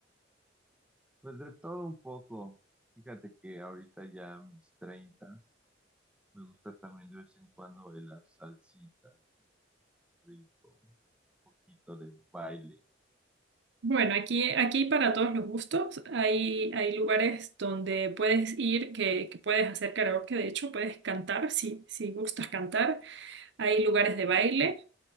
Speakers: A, in the centre; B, on the right.
A: Pues de todo un poco. Fíjate que ahorita ya a mis treintas, me gusta también de vez en cuando de las salsitas, rico, un poquito de baile.
B: Bueno, aquí, aquí hay para todos los gustos. Hay, hay lugares donde puedes ir, que, que puedes hacer karaoke. De hecho, puedes cantar si, si gustas cantar. Hay lugares de baile.